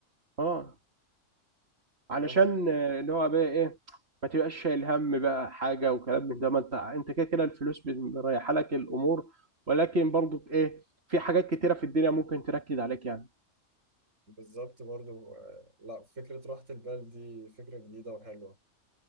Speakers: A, on the right; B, on the right.
A: اه علشان
B: اللي هما
A: آه، اللي هو بقى ايه ما تبقاش شايل هم بقى حاجه وكلام من ده ما انت انت كده كده الفلوس بتريح لك الامور ولكن برضو ايه في حاجات كتيره في الدنيا ممكن تركز عليك يعني
B: بالظبط برضو آه، لا فكرة راحة البال دي فكرة جديدة وحلوة